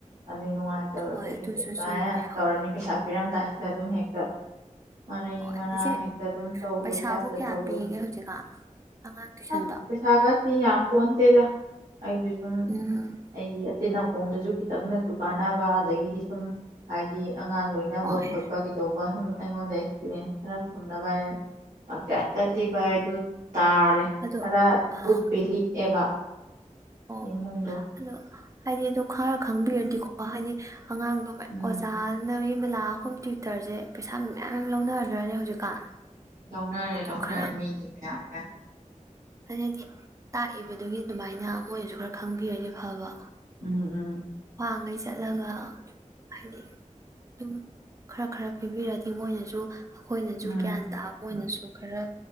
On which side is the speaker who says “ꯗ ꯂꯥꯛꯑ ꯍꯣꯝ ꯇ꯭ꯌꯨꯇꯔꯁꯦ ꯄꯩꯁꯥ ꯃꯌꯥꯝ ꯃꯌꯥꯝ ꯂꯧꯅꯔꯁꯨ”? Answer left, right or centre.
Right